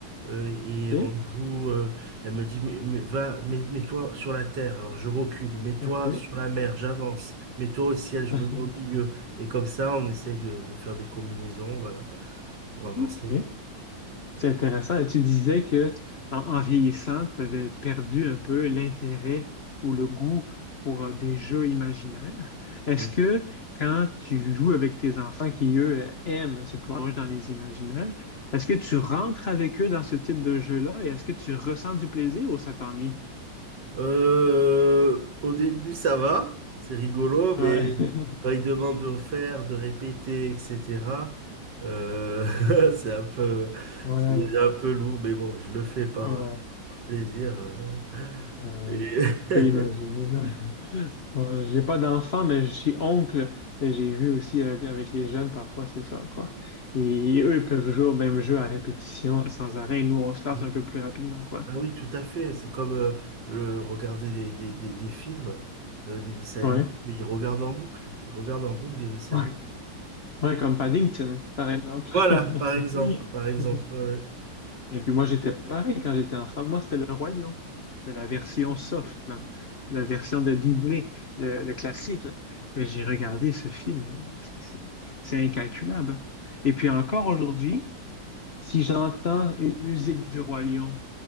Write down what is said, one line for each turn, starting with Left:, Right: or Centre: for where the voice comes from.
Right: Euh, et
Left: OK,
Right: on joue, euh, elle me dit, mais, mais va, mets- mets-toi sur la terre, alors je recule, mets-toi
Left: OK,
Right: sur la mer, j'avance, mets-toi au ciel, je
Left: <laughs>
Right: me mets au milieu. Et comme ça, on essaye de, de faire des combinaisons, voilà, pour avancer.
Left: OK. C'est intéressant. Et tu disais que en, en vieillissant, tu avais perdu un peu l'intérêt ou le goût pour euh, des jeux imaginaires. Est-ce
Right: Oui.
Left: que quand tu joues avec tes enfants qui, eux, aiment se plonger dans les imaginaires, est-ce que tu rentres avec eux dans ce type de jeu-là et est-ce que tu ressens du plaisir ou ça t'ennuie?
Right: Euh, au début, ça va, c'est rigolo, mais
Left: Ouais, <laughs>
Right: quand ils demandent de faire, de répéter, etc., euh, <laughs> c'est un peu,
Left: ouais,
Right: c'est déjà un peu lourd, mais bon, je le fais par,
Left: ouais,
Right: par plaisir. euh.
Left: ouais.
Right: Et-
Left: Je peux imaginer. Bon, j'ai pas d'enfant, mais je suis oncle et j'ai vu aussi euh, avec les jeunes parfois, c'est ça, quoi. Et eux, ils peuvent jouer au même jeu à répétition, sans arrêt. Nous, on se lasse
Right: <laughs>
Left: un peu plus rapidement, quoi.
Right: Ah oui, tout à fait. C'est comme euh, le regarder des, des, des, des films, euh, des dessins animés,
Left: Ouais,
Right: mais ils regardent en boucle. Ils regardent en boucle des dessins
Left: ouais,
Right: animés.
Left: ouais, comme Paddington, par exemple.
Right: Voilà,
Left: <laughs>
Right: par exemple, par exemple. ouais.
Left: Et puis moi, j'étais pareil quand j'étais enfant. Moi, c'était le Roi Lion, de la version
Right: <laughs>
Left: soft, là. La version de Disney, le, le classique. là. Et j'ai regardé ce film, et c'est c'est- c'est incalculable. Et puis encore aujourd'hui, Si j'entends une musique du Roi Lion